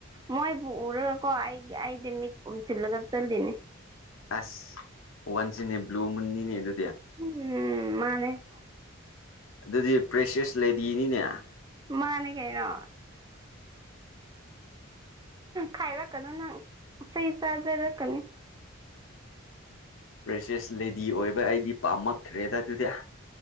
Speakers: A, on the right; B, on the left.
A: ꯃꯣꯏꯕꯨ ꯎꯔꯒꯀꯣ ꯑꯩꯒꯤ ꯑꯩꯗꯤ ꯃꯤꯠ ꯎꯝꯁꯤꯜꯂꯒ ꯆꯠꯂꯤꯅꯦ
B: ꯑꯁ ꯋꯥꯟꯁꯤꯅꯦ ꯕ꯭ꯂꯨ ꯃꯨꯟꯅꯤꯅꯦ ꯑꯗꯨ
A: ꯎꯝ ꯃꯥꯅꯦ
B: ꯑꯗꯨꯗꯤ ꯄ꯭ꯔꯦꯁꯦꯁ ꯂꯦꯗꯤꯅꯤꯅꯦ
A: ꯃꯥꯅꯦ ꯀꯩꯅꯣ ꯈꯥꯏꯔꯛꯀꯅꯣ ꯅꯪ ꯐꯩ ꯆꯥꯖꯔꯛꯀꯅꯤ
B: ꯄ꯭ꯔꯦꯁꯦꯁ ꯂꯩꯦꯗꯤ ꯑꯣꯏꯕ ꯑꯩꯗꯤ ꯄꯥꯝꯂꯈ꯭ꯔꯦꯗ ꯑꯗꯨꯗꯤ